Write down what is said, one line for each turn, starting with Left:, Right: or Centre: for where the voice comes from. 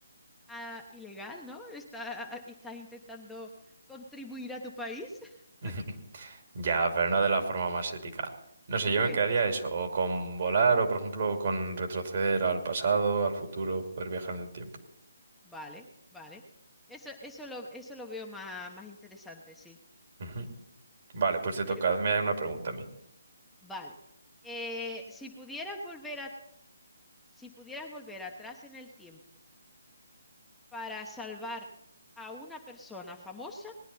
Centre: ah, ilegal, ¿no? Está, estás intentando contribuir a tu país. <laughs>
Right: <laughs> Ya, pero no de la forma más ética. No sé, yo
Centre: Bueno,
Right: me quedaría
Centre: sí,
Right: eso, o con volar, o por ejemplo con retroceder al pasado, al futuro, poder viajar en el tiempo.
Centre: vale, vale. Eso, eso lo, eso lo veo más, más interesante, sí.
Right: Ujú. Vale, pues te toca,
Centre: Pero,
Right: hazme una pregunta a mí.
Centre: vale. Eh, si pudieras volver a, si pudieras volver atrás en el tiempo para salvar a una persona famosa,